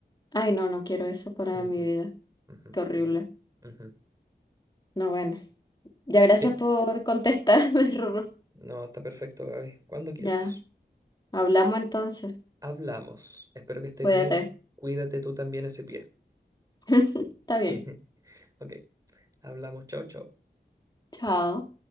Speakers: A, on the left; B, on the right.
A: Ay, no, no quiero eso para
B: Ujú,
A: mi vida.
B: ujú,
A: Qué horrible.
B: ujú, ujú.
A: No, bueno. Ya, gracias
B: Ya.
A: por contestarme, <laughs> Rorro.
B: No, está perfecto, Gaby. Cuando quieras.
A: Ya. Hablamos entonces.
B: Hablamos. Espero que estés
A: Cuídate.
B: bien. Cuídate tú también ese pie.
A: <laughs> Está
B: <laughs>
A: bien.
B: Ok. Hablamos. Chao, chao.
A: Chao.